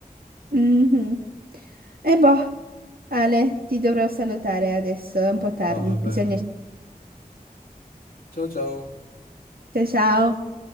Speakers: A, on the right; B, on the left.
A: Mhm. E boh, Ale, ti dovrò salutare adesso, è un po' tardi,
B: Va bene.
A: bisogna...
B: Ciao ciao.
A: Ciao, ciao.